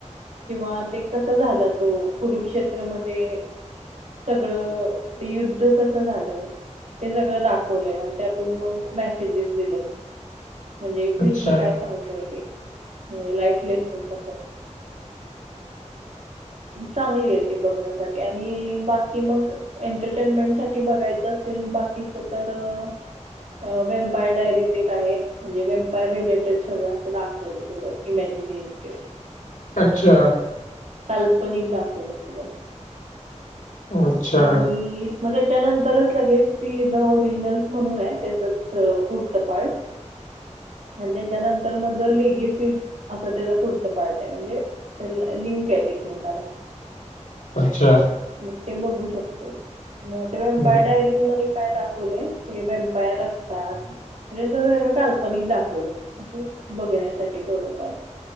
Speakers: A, on the right; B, on the left.
A: किंवा ते कसं झालं तो कुंरुक्षेत्रमध्यें सगळं ते युंद्ध कसं झालं ते सगळं दाखवलंया आणि त्यांत मगं मेसेजेस दिलेत म्हणजे कृष्णं
B: अच्छा
A: कायं सांगतोय ते. लाईफलेसन तसांच. चांगली आहे ते बघण्यांसाठी आणि बाकी मंग एंटरटेनमेंट सांठी बघायचं असेल बाकीचं तरं वेम्पायर डायरीज एक आहे म्हणजे वेम्पायर रिलेटेड सगळं असं दाखवले थोडं. इमॅजिनेट
B: अच्छा.
A: कांल्पनिक दाखवलंय सगळं.
B: अच्छा
A: आणि मगं त्यांच्यानंतर चं लगेच ते द ओरिजनल्स म्हणूंन आहे त्यांच चं पुढचं पार्ट आणि त्यांच्यानंतर मगं लिगे सीड असं त्यांचं पुढचं पार्ट म्हणजे लिंक आहेंतं एकमेकांला.
B: अच्छा.
A: मग ते बघू शकतय मग तेव्हा
B: हम्म
A: बाय डायरीज मध्ये काय दाखवलंय की बेम्पायर असतात मजे असं वेगळं काल्पनिक कमीच दाखवलंय अस बघण्यासाठी थोडंफार